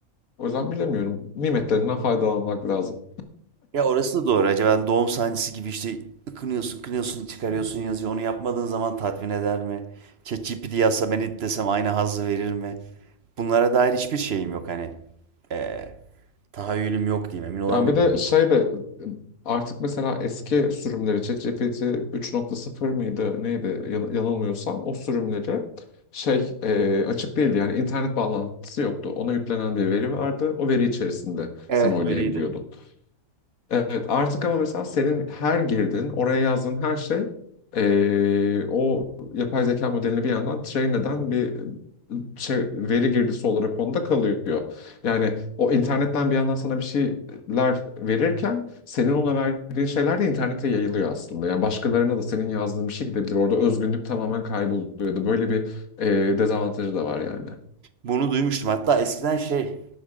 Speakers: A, on the left; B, on the right.
A: O yüzden bilemiyorum. Nimetlerinden faydalanmak lazım.
B: Ya orası da doğru. Acaba doğum sancısı gibi işte ıkınıyorsun, kınıyorsun, çıkarıyorsun, yazıyor. Onu yapmadığın zaman tatmin eder mi? ChatGPT yazsa ben it desem aynı hazzı verir mi? Bunlara dair hiçbir şeyim yok hani. Ee, tahayyülüm yok diyeyim. Emin olamıyorum.
A: Ya bir de şey de artık mesela eski sürümleri ChatGPT 3.0 mıydı neydi yan- yanılmıyorsam o sürümleri şey e, açık değildi yani internet bağlantısı yoktu. Ona yüklenen bir veri vardı. O veri içerisinde
B: Evet
A: sen oynayabiliyordun.
B: öyleydi.
A: Evet artık ama mesela senin her girdin, oraya yazdığın her şey eee, o yapay zeka modelini bir yandan train eden bir şey, veri girdisi olarak onda kalıyor. Yani o internetten bir yandan sana bir şeyler verirken senin ona verdiğin şeyler de internete yayılıyor aslında. Yani başkalarına da senin yazdığın bir şey gidebilir. Orada özgünlük tamamen kayboluyor. kayboluyordu. Böyle bir eee, dezavantajı da var yani.
B: Bunu duymuştum. Hatta eskiden şey